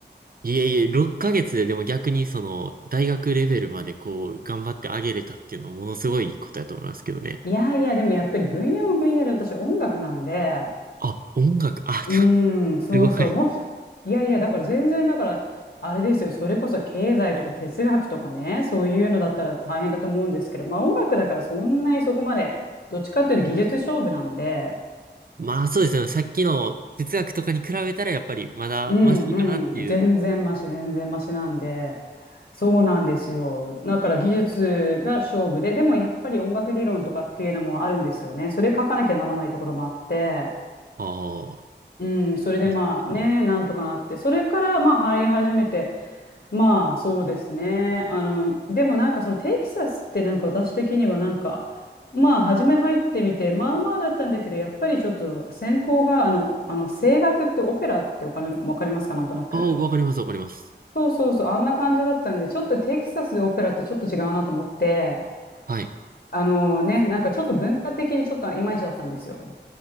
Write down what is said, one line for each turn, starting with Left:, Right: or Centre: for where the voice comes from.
Right: いえいえ、6ヶ月ででも逆にその大学レベルまでこう頑張ってあげれたっていうのはものすごいことやと思いますけどね。
Left: いやいや、でもやっぱり分野も分野で私音楽なんで、
Right: あ、音楽、あ、<laughs>
Left: うーん、そうそう、
Right: すごい。
Left: もし、いやいや、だから全然、だから、あれですよ、それこそ経済とか哲学とかね、そういうのだったら大変だと思うんですけど、まあ音楽だからそんなにそこまで、どっちかっていうと技術勝負なんで、
Right: まあそうですよね。さっきの哲学とかに比べたらやっぱりまだマシかなっていう。
Left: うんうん、全然マシ、全然マシなんで、そうなんですよ。だから技術が勝負で、でもやっぱり音楽理論とかっていうのもあるんですよね。それ書かなきゃならないところもあって、
Right: ああ。
Left: うん、それでまあね、
Right: 確かに
Left: なんとかなって、それからまあ入り始めて、まあそうですね。あのでもなんかそのテキサスってなんか私的にはなんかまあ初め入ってみてまあまあだったんだけどやっぱりちょっと専攻があの、あの声楽ってオペラってお金わかりますかなんとなく。
Right: ああ、わかります、わかります。
Left: そうそうそうあんな感じだったんでちょっとテキサスでオペラってちょっと違うなと思って
Right: はい。
Left: あのねなんかちょっと文化的にちょっといまいちだったんですよ。